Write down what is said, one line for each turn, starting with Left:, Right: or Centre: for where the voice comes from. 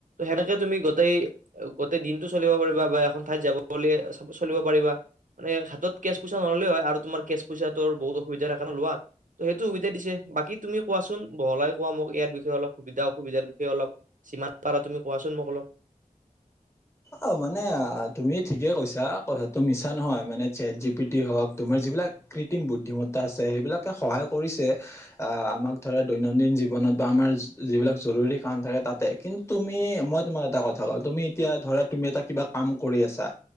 Right: সেনেকে তুমি গোটেই দিনটো চলিব পাৰিবা বা এখন এঠাইত যাব বুলি চলিব পাৰিবা মানে হাতত কেচ পইচা নল'লে হয় আৰু তোমাৰ কেচ পইচাটোৰ বহুত অসুবিধা সেইকাৰণে লোৱা সেইটো সুবিধা দিছে বাকী তুমি কোৱাচোন বহলাই কোৱা মোক ইয়াৰ বিষয়ে অলপ সুবিধা, অসুবিধাৰ বিষয়ে, অলপ যিমান পাৰা তুমি কোৱাচোন মোক অলপ?
Left: অ, মানে তুমি ঠিকেই কৈছা কথাটো মিছা নহয়। মানে চেট জি পি টি হওঁক তোমাৰ যিবিলাক কৃত্ৰিম বুদ্ধিমত্তা আছে সেইবিলাকে সহায় কৰিছে। আহ আমাক ধৰা দৈনন্দিন জীৱনত বা আমাৰ যিবিলাক জৰুৰী কাম থাকে তাতে কিন্তু তুমি মই তোমাক এটা কথা কওঁ তুমি এতিয়া ধৰা তুমি এটা কিবা কাম কৰি আছা